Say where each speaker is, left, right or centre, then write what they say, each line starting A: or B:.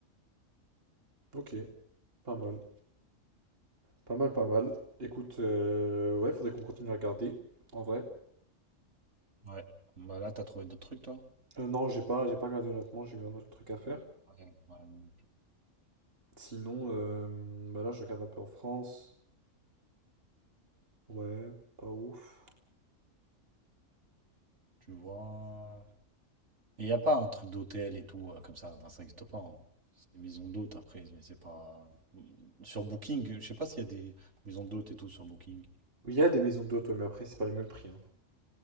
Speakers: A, on the right; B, on the right.
A: Ok, pas mal. Pas mal, pas mal. Écoute, euh, ouais, faudrait qu'on continue à regarder, en vrai.
B: Ouais. Bah là, t'as trouvé d'autres trucs, toi?
A: Euh, non, j'ai pas, j'ai pas regardé honnêtement, j'ai eu un autre truc à faire.
B: Ouais, ouais, moi non plus.
A: Sinon, euh, bah là, je regarde un peu en France. Ouais, pas ouf.
B: Tu vois. Il n'y a pas un truc d'hôtel et tout, euh, comme ça. Enfin, ça n'existe pas. hein. C'est des maisons d'hôtes après, mais c'est pas. mmh, Sur Booking, je sais pas s'il y a des maisons d'hôtes et tout sur Booking.
A: Il y a des maisons d'hôtes, ouais, mais après, c'est pas les mêmes prix. hein.